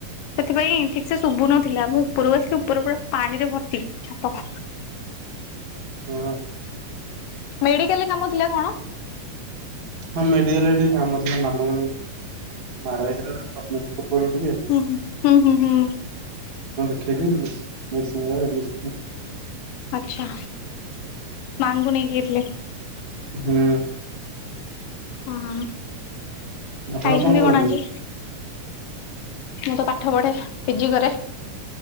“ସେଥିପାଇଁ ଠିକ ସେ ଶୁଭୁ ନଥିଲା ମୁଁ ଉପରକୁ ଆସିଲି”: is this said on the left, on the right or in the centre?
Left